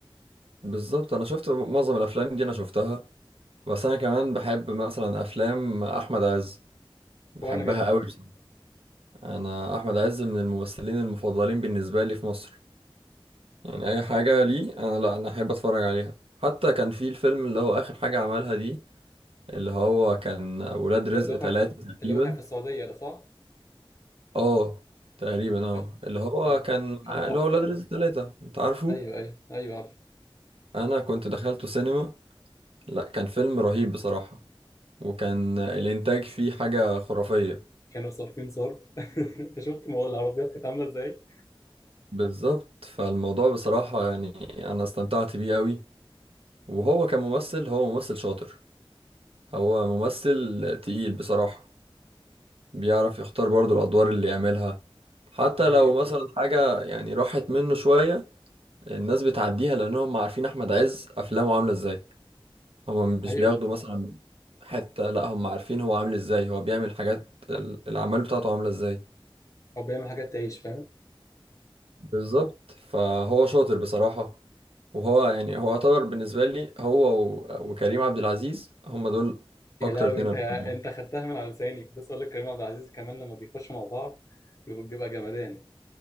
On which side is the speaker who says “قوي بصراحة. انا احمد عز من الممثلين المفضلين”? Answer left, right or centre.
Right